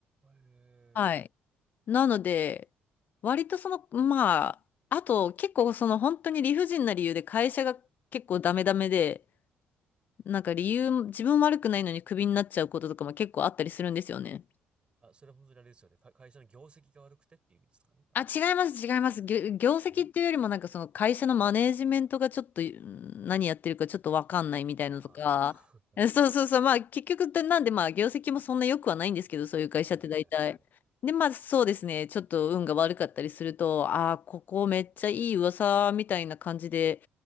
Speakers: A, on the right (about 25°); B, on the left (about 45°).
A: へえ。
B: はい。なので、割とその、まあ、あと結構その本当に理不尽な理由で会社が結構ダメダメで、なんか理由、自分悪くないのにクビになっちゃうこととかも結構あったりするんですよね。
A: あ、それは本当にあれですよね。か、会社の業績が悪くてっていう意味ですかね、多分。
B: あ、違います、違います。業、業績っていうよりも、
A: え
B: なんかその会社のマネージメントがちょっとうん何やってるかちょっとわかんないみたいなのとか、
A: ああー。
B: えそうそうそう、まあ結局、でなんでまあ業績もそんな良くはないんですけど、そういう会社って大体。
A: <laughs> はいはいはいはい。
B: で、まあそうですね、ちょっと運が悪かったりすると、ああ、ここめっちゃいい噂みたいな感じで、